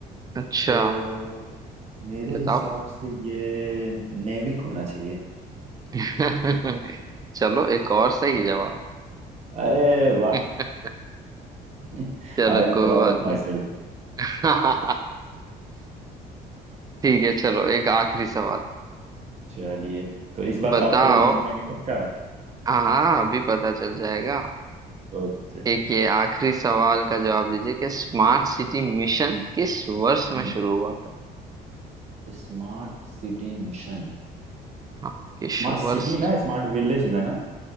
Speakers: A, on the right; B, on the right.
A: अच्छा
B: तो मेरे
A: बताओ
B: हिसाब से ये नेविक होना चाहिए
A: <laughs> चलो एक और सही जवाब
B: अरे
A: <laughs>
B: वाह <laughs>
A: चलो
B: आई am
A: कोई
B: proud
A: बात
B: of myself
A: नहीं <laughs> ठीक है चलो एक आखिरी सवाल
B: चलिए तो इस बार
A: बताओ
B: सात करोड़ जीत जाएंगे पक्का
A: हाँ अभी पता चल जाएगा
B: ओके
A: एक ये आखिरी सवाल का जवाब दीजिए कि स्मार्ट सिटी मिशन किस वर्ष
B: हम्म।
A: में शुरू हुआ था
B: Smart city mission
A: हाँ किस
B: Smart city
A: वर्ष
B: ना स्मार्ट विलेज ना ना